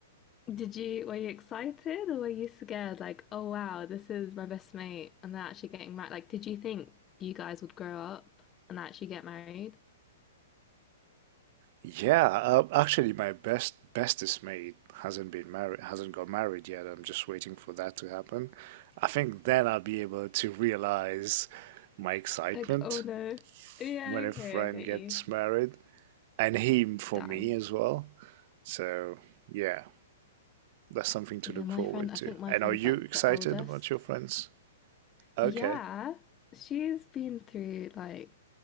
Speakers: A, on the left; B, on the right.
A: Did you, were you excited or were you scared? Like, oh wow, this is my best mate and they're actually getting married. Like, did you think you guys would grow up and actually get married?
B: Yeah, uh, actually, my best bestest mate hasn't been married, hasn't got married yet. I'm just waiting for that to happen. I think then I'll be able to realize my excitement
A: Like, oh no. Yeah,
B: when a
A: okay,
B: friend
A: I get
B: gets
A: you.
B: married, and him
A: Dang.
B: for me as well. So yeah, that's something to
A: Yeah,
B: look
A: my
B: forward
A: friend, I
B: to.
A: think my
B: And
A: friend's
B: are you
A: like
B: excited
A: the eldest.
B: about your friends? Okay,
A: Yeah, she's been through like